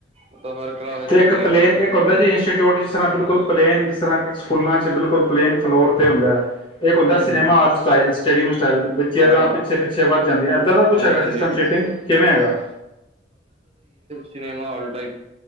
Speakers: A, on the right; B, on the left.
A: ਮਤਲਬ ਹਰ ਕਲਾਸ
B: ਤੇ
A: ਚ ਹੈਗੀ
B: ਇੱਕ
A: ਹੈ
B: ਪਲੇਨ
A: ਸਕੂਲ
B: ਇੱਕ ਹੁੰਦਾ
A: ਕਾਲਜ
B: ਜੀ, ਇੰਨਸਿਟਿਊਟ, ਜਿਸ ਤਰ੍ਹਾਂ ਬਿਲਕੁਲ ਪਲੇਨ ਜਿਸ ਤਰ੍ਹਾਂ ਸਕੂਲਾਂ ਚ ਬਿਲਕੁਲ ਪਲੇਨ ਫਲੋਰ ਤੇ ਹੁੰਦੈ। ਇੱਕ ਹੁੰਦੈ
A: ਹੂੰ
B: ਸਿਨੇਮਾ
A: ਹੂੰ ਹੂੰ
B: ਹਾਲ ਸਟਾਈਲ ਚ ਤੇਰੀ ਮੁ ਚੱਲ ਬੱਚਿਆਂ
A: ਹਾਂ
B: ਨਾਲ
A: ਹਾਂ
B: ਪਿੱਛੇ-ਪਿੱਛੇ ਵੱਧ ਜਾਂਦੀ ਏ, ਐਦਾਂ ਦਾ ਕੁਛ
A: ਹਾਂਜੀ
B: ਹੈਗਾ
A: ਹਾਂਜੀ
B: ਸਿਸਟਮ ਸ਼ਿਟਿੰਗ। ਕਿਵੇਂ ਹੈਗਾ?
A: ਸਿਨਮਾ ਹਾਲ ਟਾਈਪ